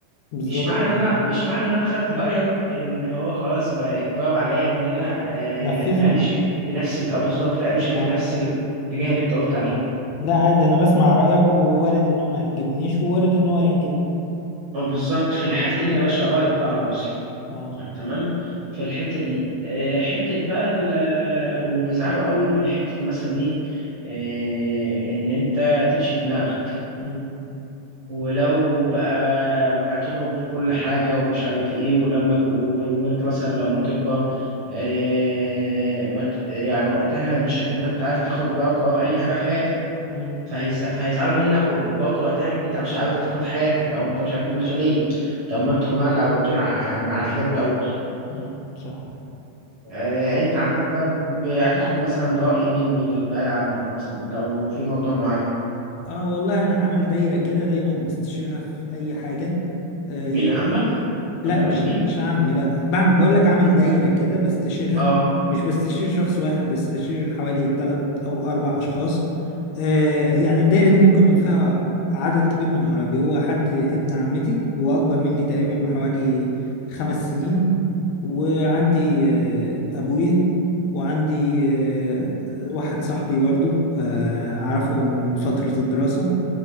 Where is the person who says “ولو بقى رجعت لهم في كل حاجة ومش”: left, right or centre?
Right